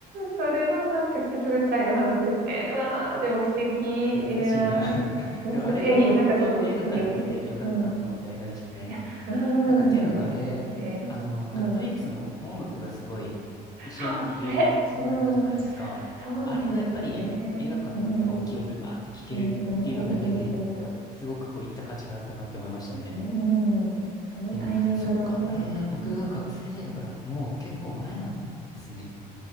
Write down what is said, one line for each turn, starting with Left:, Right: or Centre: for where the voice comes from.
Right: それはなんかくすぐったいお話ですね。わあ、でも素敵。い
Left: 懐かしいな
Right: やー、
Left: <laughs>
Right: 懐かしい。
Left: でもあれも本当映画館で見てよかったなって思った映画でしたね。
Right: いや、いい、なんかちょっといい思い出。うん。いや、うん、
Left: なんかっていうのがあれ、
Right: ですよね。
Left: あの、ラッドウィンプスの音楽がすごい一緒にって有名になったじゃないですか。
Right: うん。そう、それ、うん、そうなんですよね。
Left: あれをやっぱり映画館のね、
Right: うん、
Left: 大きい音でバーって聴けるっていうのだけで
Right: うんうんうんうんう
Left: すごくこういった価値があったなって思いましたね。
Right: ん。うん。あのタイミングのあの音楽、
Left: でも、そっか、あれ僕が学生時代だからもう結構前なんですね。
Right: うん。